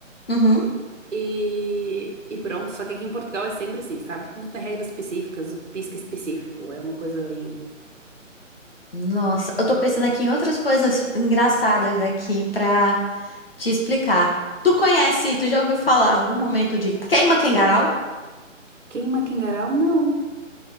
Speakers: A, on the left; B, on the right.
A: Uhum.
B: E, e pronto, só que aqui em Portugal é sempre assim, sabe? Tudo tem regras específicas, o pisca específico é uma coisa bem.
A: Nossa, eu tô pensando aqui em outras coisas engraçadas daqui pra te explicar. Tu conhece, tu já ouviu falar em algum momento de queima Kengarau?
B: Queima Kengarau? Não.